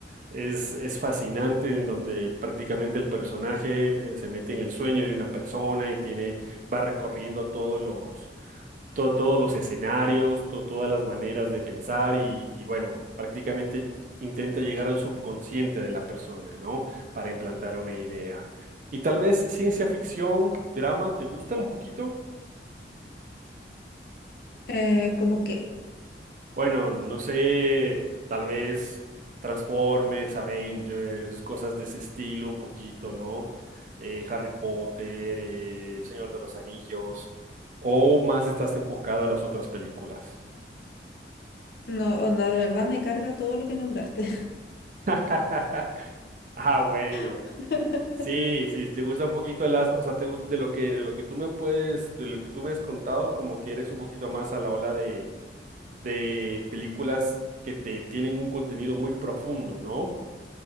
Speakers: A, on the right; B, on the left.
A: Es, es fascinante en donde prácticamente el personaje eh, se mete en el sueño de una persona y tiene, va recorriendo todos los, to- todos los escenarios, to- todas las maneras de pensar y, y bueno, prácticamente intenta llegar al subconsciente de la persona, ¿no? Para implantar una idea. Y tal vez ciencia ficción, drama, ¿te gusta un poquito?
B: Eh, como que,
A: Bueno, no sé, tal vez Transformers, Avengers, cosas de ese estilo un poquito, ¿no? Eh, Harry Potter, eh, El Señor de los Anillos, o más estás enfocada a las otras películas.
B: no, onda, de verdad me carga todo lo que nombraste.
A: <laughs> Ah, bueno.
B: <laughs>
A: Sí, sí, te gusta un poquito las, o sea, te gusta de lo que de lo que tú me puedes, de lo que tú me has contado, como que eres un poquito más a la ola de de películas que te tienen un contenido muy profundo, ¿no?